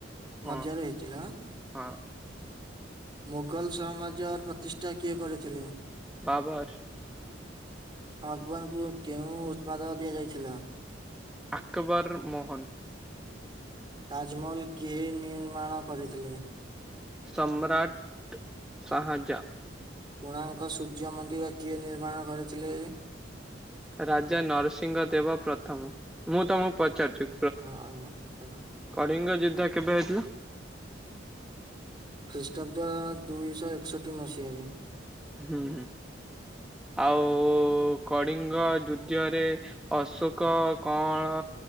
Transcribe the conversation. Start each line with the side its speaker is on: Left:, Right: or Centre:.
Centre: ହଁ
Right: ମଧ୍ୟରେ ହେଇଥିଲେ ହଁ।
Centre: ହଁ।
Right: ମୋଗଲ ସମାଜ୍ୟର ପ୍ରତିଷ୍ଠା କିଏ କରିଥିଲେ?
Centre: ବାବର୍।
Right: ଅଗବାର୍ ଙ୍କୁ କେଉଁ ଉତ୍ପାଦ ଦିଆଯାଇଥିଲା?
Centre: ଆକବର ମୋହନ।
Right: ତାଜମହଲ କିଏ ନିର୍ମାଣ କରିଥିଲେ?
Centre: ସମ୍ରାଟ୍ ସାହାଜା।
Right: କୋଣାାର୍ଙ୍କ ସୂର୍ଯ୍ୟ ମନ୍ଦିର କିଏ ନିର୍ମାଣ କରିଥିଲେ?
Centre: ରାଜା ନରସିଂହ ଦେବ ପ୍ରଥମ ମୁଁ ତମକୁ ପଚାରୁଚି।
Right: ହଁ ଅ ହଁ ପଚାର।
Centre: କଳିଙ୍ଗ ଯୁଦ୍ଧ କେବେ ହେଇଥିଲା?
Right: ଖ୍ରୀଷ୍ଟାବ୍ଦ ଦୁଇଶହ ଏକଷଠି ମସିହାରେ।
Centre: ହୁଁଁ ଆଉ କଳିଙ୍ଗ ଦ୍ୱିତୀୟ ରେ ଅଶୋକ କଣ